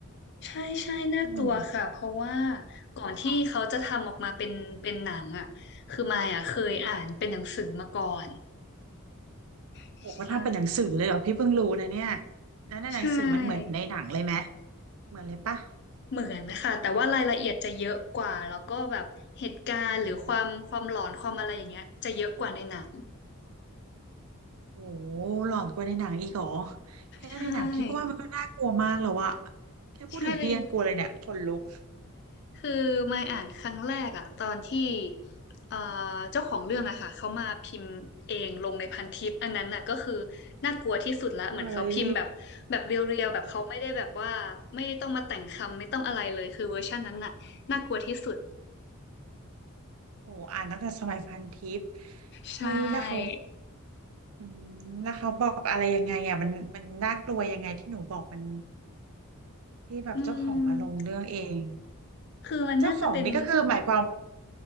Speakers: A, on the left; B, on the right.
A: ใช่ใช่น่ากลัวค่ะเพราะว่า
B: หนู
A: ก่อนที่เขาจะทำออกมาเป็นเป็นหนังอ่ะคือมายอ่ะเคยอ่านเป็นหนังสือมาก่อน
B: ค่ะอืม
A: ใช่
B: โหเขาทำเป็นหนังสือเลยเหรอพี่เพิ่งรู้นะเนี่ยแล้วในหนังสือมันเหมือนในหนังเลยไหม
A: ใช่
B: เหมือนเลยปะ
A: เหมือนนะคะแต่ว่ารายละเอียดจะเยอะกว่าแล้วก็แบบเหตุการณ์หรือความความหลอนความอะไรอย่างเงี้ยจะเยอะกว่าในหนัง
B: อืมโหหลอนกว่าในหนังอีกเหรอแค่ในหนังพี่ก็ว่ามันก็น่ากลัวมากแล้วอะ
A: ใช่
B: แค่พูดถึงพี่ยังกลัวเลยเนี่ยขนลุก
A: ใช่เลย คือมายอ่านครั้งแรกอะตอนที่เอ่อเจ้าของเรื่องอะค่ะเขามาพิมพ์เองลงในพันทิปอันนั้นน่ะก็คือน่ากลัวที่สุดละเหมือนเขาพิมพ์แบบแบบเรียวๆแบบเขาไม่ได้แบบว่าไม่ต้องมาแต่งคำไม่ต้องอะไรเลยคือเวอร์ชันนั้นน่ะน่ากลัวที่สุด
B: เฮ้ยโหอ่านตั้งแต่สมัยพันทิป
A: ใช่
B: เฮ้ยแล้วเขา อืมแล้วเขาบอกอะไรยังไงอ่ะมันมันน่ากลัวยังไงที่หนูบอกมันที่แบบเจ้าของมาลงเรื่องเอง
A: อืมคือมันน่าจะเป็น
B: เจ้าของนี่ก็คือหมายความ